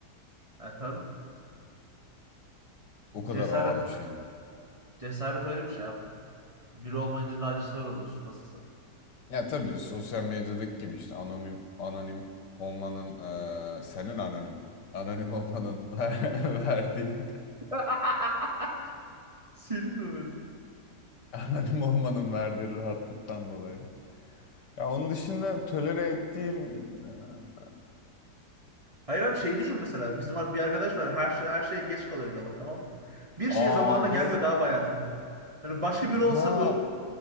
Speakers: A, on the right (about 20°); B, on the left (about 80°).
A: Yani tabii.
B: O kadar
A: Cesaret
B: ağır bir şey.
A: cesaret öyle bir şey abi. Biri olmayınca daha cesaret oluyorsun. Nasılsın?
B: Ya tabii sosyal medyadaki gibi işte anonim anonim olmanın eee, senin anonim anonim olmanın <laughs> ver verdiği
A: <laughs> Senin öyle.
B: anonim olmanın verdiği rahatlıktan dolayı. Ya onun dışında tolere ettiğim eee,
A: Hayır abi şey düşün mesela. Bizim bir arkadaş var. Her, şey, her şeye geç kalıyor bir adam tamam mı? Bir
B: abi
A: şeye zamanında gelmedi abi hayatında. Yani başka biri olsa
B: Ya
A: bu